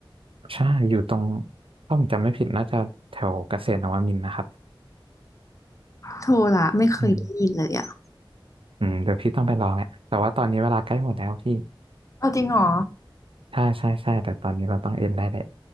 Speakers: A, on the right; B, on the left.
A: ใช่อยู่ตรงถ้าผมจำไม่ผิดน่าจะแถวเกษตรนวมินทร์นะครับ
B: โทราะไม่เคยได้ยินเลยอ่ะ
A: อืมอืมเดี๋ยวพี่ต้องไปลองแหละแต่ว่าตอนนี้เวลาใกล้หมดแล้วพี่
B: เอาจริงเหรอ
A: ใช่ใช่ใช่แต่ตอนนี้เราต้องเอ็นได้เลย